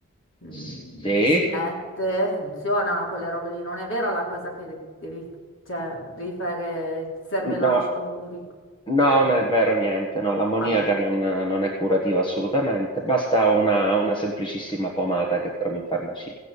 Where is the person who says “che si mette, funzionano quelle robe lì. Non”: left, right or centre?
Left